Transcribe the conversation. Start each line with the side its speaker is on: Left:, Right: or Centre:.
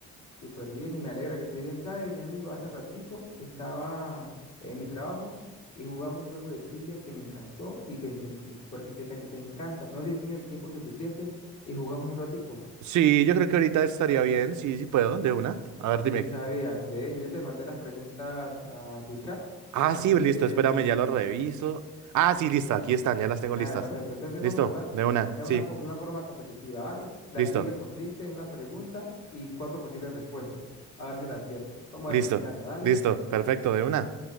Left: Súper bien y me alegra que estés bien. ¿Sabes, mi amigo? Hace ratico estaba en mi trabajo y jugamos un juego de trivia que me encantó y pensé en ti, porque sé que a ti te encanta. No sé si tienes el tiempo suficiente y jugamos un ratico.
Right: Sí, yo creo que ahorita estaría bien, sí, sí puedo, de una. A ver, dime.
Left: Yo sí sabía. De hecho, yo te mandé las preguntas a tu chat,
Right: Ah,
Left: así
Right: sí, listo,
Left: que
Right: espérame, ya lo reviso. Ah, sí, listo, aquí están, ya las tengo
Left: dale,
Right: listas.
Left: perfecto. Entonces
Right: Listo,
Left: vamos a jugar
Right: de una,
Left: de
Right: sí,
Left: una, fo- de una forma competitiva, ¿vale? La
Right: listo,
Left: trivia consiste en una pregunta y cuatro posibles respuestas. A ver si la aciertas. Vamos
Right: listo,
Left: a ver quién gana, dale.
Right: listo, perfecto, de una.